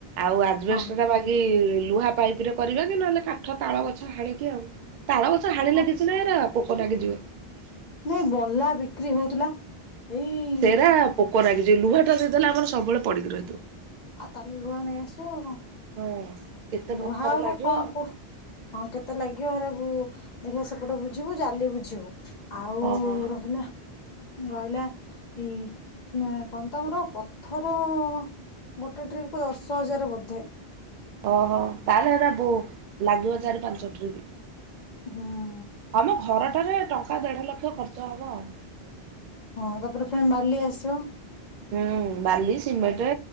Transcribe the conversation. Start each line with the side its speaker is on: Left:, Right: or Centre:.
Right: ଆଉ ଆଜବେଷ୍ଟଟା
Left: ହଁ
Right: ବା ଏ-ଏ-ଏ ଲୁହା ପାଇପ ରେ କରିବା କି ନହେଲେ କାଠ ତାଳ ଗଛ ହାଣିକି ଆଉ ତାଳ ଗଛ ହାଣିଲେ
Left: ହଁ
Right: କିଛି ନାଇଁ ଏରା ପୋକ ଲାଗିଯିବେ।
Left: ମୋ ବଲା ବିକ୍ରି ହଉଥିଲା। ଏଇ
Right: ସେରା ପୋକ ଲାଗିଯିବେ ଲୁହାଟା ଯଦି ହେଲା ଆମର ସବୁବେଳେ ପଡିକି ରହିଥିବ।
Left: ଆ ତନ୍ ଲୁହା ନେଇ ଆସିବ ଆଉ କଣ।
Right: ହଁ। କେତେ
Left: ଲୁହାଗୁରା
Right: ପଥର ଲାଗିବ
Left: କଣ କୁ ହଁ କେତେ ଲାଗିବ ହେରା ବୁ-ଉ-ଉ ଦେଖିବା ସେପଟ ବୁଝିବୁ ଜାଲି ବୁଝିବୁ। ଆଉ-ଉ-ଉ-ଉ
Right: ଓହୋ
Left: ରହିଲା ରହିଲା ଇ-ଇ ନୁହର କଣ ତମର ପଥର-ଅ-ଅ-ଅ ଗୋଟେ ଟ୍ରିପ୍ କୁ ଦଶ ହଜାର ବୋଧେ।
Right: ଓହ ତାହେଲେ ହେରା ବୋ ଲାଗିବ ଚାରି ପାଞ୍ଚ ଟ୍ରିପ।
Left: ହୁଁ।
Right: ହଁମ ଘରଟାରେ ଟଙ୍କା ଦେଢ ଲକ୍ଷ ଖର୍ଚ୍ଚ ହବ ଆଉ।
Left: ହଁ ତାପରେ ଫୁଣି ବାଲି ଆସିବ।
Right: ହୁଁ ବାଲି, ସିମେଣ୍ଟ